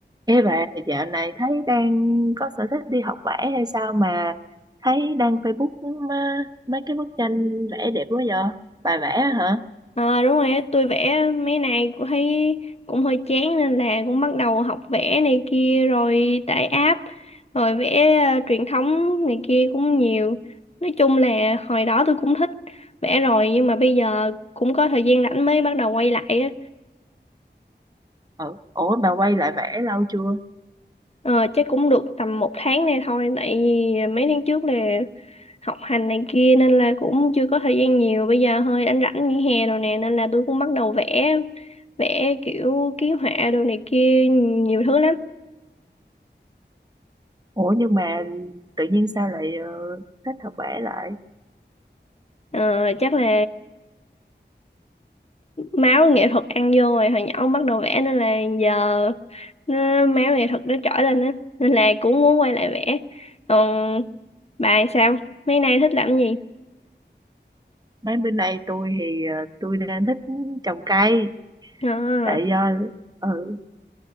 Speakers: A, on the right (about 20°); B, on the left (about 35°).
A: Ê bà, dạo này thấy đang có sở thích đi học vẽ hay sao mà thấy đăng Facebook má- mấy cái bức tranh vẽ đẹp quá vậy? Bà vẽ hả?
B: Ờ đúng rồi á, tôi vẽ mấy này cũng thấy cũng hơi chán nên là cũng bắt đầu học vẽ này kia rồi tải app rồi vẽ ờ, truyền thống này kia cũng nhiều. Nói chung là hồi đó tôi cũng thích vẽ rồi nhưng mà bây giờ cũng có thời gian rảnh mới bắt đầu quay lại á.
A: Ừ. Ủa bà quay lại vẽ lâu chưa?
B: Ờ, chắc cũng được tầm một tháng nay thôi tại vì mấy tháng trước là học hành này kia nên là cũng chưa có thời gian nhiều bây giờ hơi anh rảnh nghỉ hè rồi nè nên là tôi cũng bắt đầu vẽ vẽ kiểu ký họa đồ này kia nhiều thứ lắm
A: Ủa nhưng mà tự nhiên sao lại ờ, thích học vẽ lại?
B: Ờ, chắc là máu nghệ thuật ăn vô rồi hồi nhỏ bắt đầu vẽ nên là giờ nó, máu nghệ thuật nó trỗi lên á nên là cũng muốn quay lại vẽ còn bà sao mấy nay thích làm gì
A: Mấy bên đây tôi thì ờ, tôi đang thích trồng cây
B: à,
A: tại do ừ